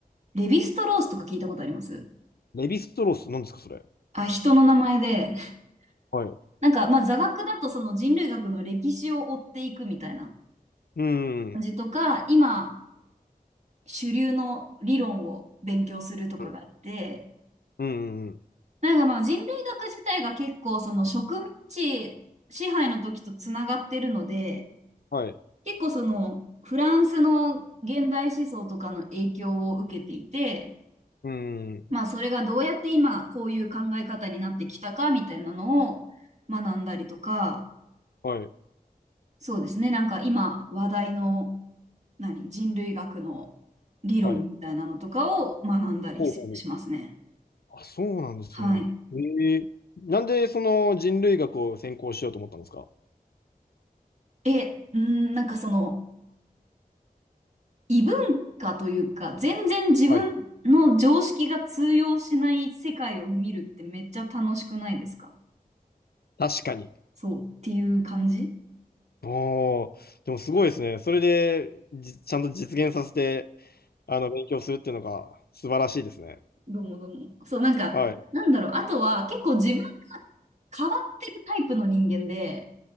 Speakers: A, on the right; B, on the left.
A: レヴィストロースとか聞いたことあります
B: レヴィストロース、なんですか、それ。
A: あ、人の名前で。
B: はい。
A: <laughs> なんか、まあ、座学だとその人類学の歴史を追っていくみたいな
B: うん。
A: 感じとか、今、主流の理論を勉強するとかがあって、
B: うん。うん。
A: なんかまあ人類学自体が結構その植民地支配の時とつながってるので、
B: はい。
A: 結構そのフランスの現代思想とかの影響を受けていて、
B: うん。
A: まあそれがどうやって今こういう考え方になってきたかみたいなのを学んだりとか、
B: はい。
A: そうですね、なんか今話題の何、人類学の理論みたいなのとかを学んだりしますね。
B: はい。ほうほうほう。あ、そうなんですね。
A: はい。
B: ええなんでその人類学を専攻しようと思ったんですか
A: え、うん、なんかその異文化というか、全然自分の常識が通用しない世界を見るってめっちゃ楽しくないですか
B: はい。確かに。
A: そうっていう感じ
B: おー、でもすごいですね。それで、じ、ちゃんと実現させて、あの、勉強するっていうのが素晴らしいですね。
A: どうもどうも。そう、なんか、
B: はい。
A: なんだろう。あとは結構自分が変わってるタイプの人間で、